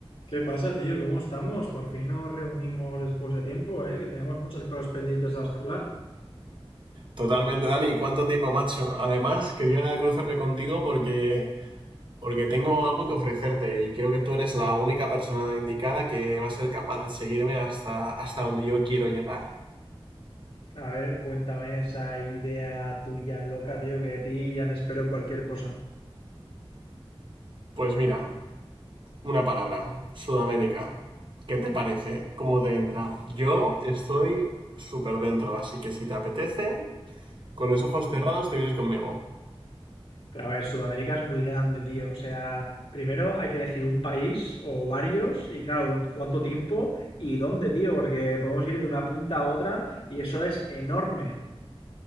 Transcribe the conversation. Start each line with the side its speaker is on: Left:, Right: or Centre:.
Left: ¿Qué pasa, tío? ¿Cómo estamos? Por fin nos reunimos después de tiempo, ¿eh? Que tenemos muchas cosas pendientes de las que hablar.
Right: Totalmente, Dani. ¿Cuánto tiempo, macho? Además, quería cruzarme contigo porque, porque tengo algo que ofrecerte y creo que tú eres la única persona indicada que va a ser capaz de seguirme hasta, hasta donde yo quiero llegar.
Left: A ver, cuéntame esa idea tuya loca, tío, que de ti ya me espero cualquier cosa.
Right: Pues mira, una palabra, Sudamérica. ¿Qué te parece? ¿Cómo te entra? Yo estoy súper dentro, así que si te apetece, con los ojos cerrados te vienes conmigo.
Left: Pero a ver, Sudamérica es muy grande, tío. O sea, primero hay que elegir un país o varios y claro, cuánto tiempo y dónde, tío, porque podemos ir de una punta a otra y eso es enorme.